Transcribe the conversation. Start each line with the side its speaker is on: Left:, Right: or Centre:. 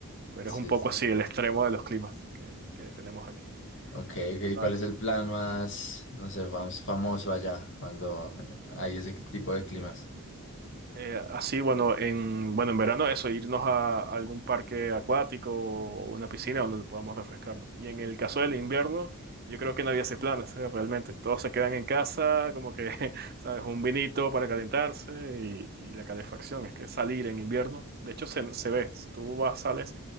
Right: Pero
Left: Sí,
Right: es un poco
Left: sí,
Right: así
Left: sí.
Right: el extremo de los climas que, que tenemos aquí.
Left: Ok, ok,
Right: Vale.
Left: ¿cuál es el plan más, no sé, más famoso allá cuando eh, hay ese tipo de climas?
Right: Eh, así, bueno, en, bueno, en verano eso, irnos a, a algún parque acuático o una piscina donde podamos refrescarnos. Y en el caso del invierno, yo creo que nadie hace planes, ¿eh? Realmente. Todos se quedan en casa, como que, <laughs> ¿sabes? Un vinito para calentarse y, y la calefacción. Es que salir en invierno, de hecho, se, se ve. Tú vas, sales